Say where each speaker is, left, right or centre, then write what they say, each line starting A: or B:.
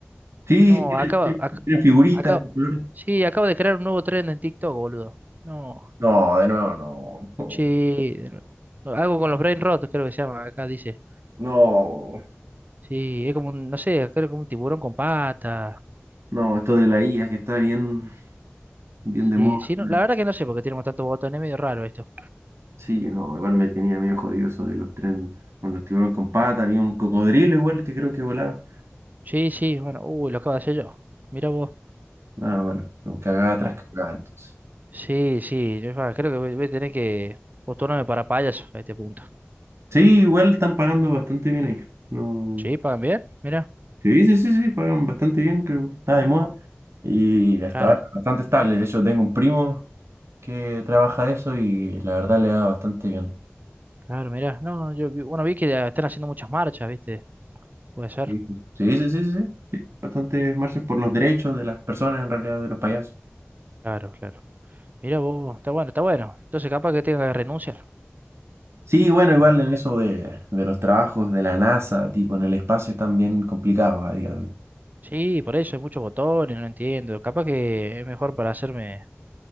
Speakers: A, on the right (about 75°); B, on the right (about 40°).
A: Sí,
B: no,
A: tiene,
B: acaba, ac-
A: tiene figuritas
B: acaba,
A: de colores.
B: sí, acabo de crear un nuevo trend en TikTok, boludo. No,
A: No, de nuevo, no.
B: sí,
A: <laughs>
B: de nuevo. algo con los brain rotos, creo que se llama, acá dice.
A: No,
B: Sí, es como un, no sé, creo que un tiburón con pata.
A: no, esto de la IA que está bien, bien de
B: Sí,
A: moda.
B: sí, no, la verdad que no sé por qué tenemos tantos botones, es medio raro esto.
A: Sí, no, igual me tenía medio jodido eso de los trenes con los tiburones con patas. Había un cocodrilo igual que creo que volaba.
B: Sí, sí, bueno, uy, lo acabo de hacer yo. Mira vos.
A: Ah, bueno, no, cagada tras
B: Bueno.
A: cagada entonces.
B: Sí, sí, yo ah, creo que voy, voy a tener que postularme para payaso a este punto.
A: Sí, igual están pagando bastante bien ahí. No...
B: Sí, pagan bien, mira.
A: Sí, sí, sí, sí, pagan bastante bien, creo que está de
B: Ah.
A: moda. Y hasta
B: Claro,
A: ahora bastante estable. De hecho, tengo un primo que trabaja de eso y la verdad le da bastante bien.
B: claro, mira. No, yo vi- bueno, vi que ya están haciendo muchas marchas, ¿viste? Puede ser.
A: Sí, sí, sí, sí, sí. sí, Bastantes marchas por los derechos de las personas en realidad, de los payasos.
B: Claro, claro. Mira vos, está bueno, está bueno. Entonces capaz que tenga que renunciar.
A: Sí, bueno, igual
B: digo.
A: en eso de, de los trabajos de la NASA, tipo en el espacio, están bien complicados a día de hoy.
B: Sí, por eso hay muchos botones, no entiendo. Capaz que es mejor para hacerme